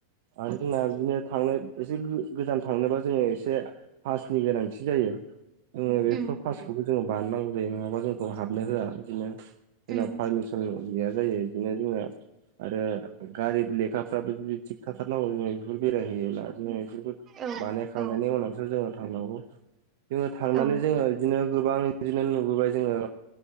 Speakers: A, on the right; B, on the right.
A: आरो जोंना बिदिनो थांनो एसे गोजान थांनोबा जोङो एसे पासनि गोनांथि जायोङो बेफोर
B: उम
A: पासखौबो जोङो। बांगौ जायो नङा जोंखौ हाबनो होआ बिदिनो
B: उम
A: जारि गैया जायो बिदिनो जोंना आरो गारिब लेखाफ्राबो जुदि थिग थाथारनांगौ जोङो बेफोर बेरायहैयोब्ला जोङो बेफोरखौ
B: औ
A: बानायखांनायनि
B: औ
A: उनावसो जोङो थांनांगौ जोङो थांनानै
B: औ
A: जोङो बिदिनो। गोबां बिदिनो नुबोबाय जोङो।